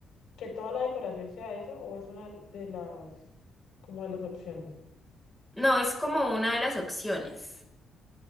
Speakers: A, on the left; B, in the centre.
A: que toda la decoración sea eso o es una de las, como de las opciones.
B: No, es como una de las opciones,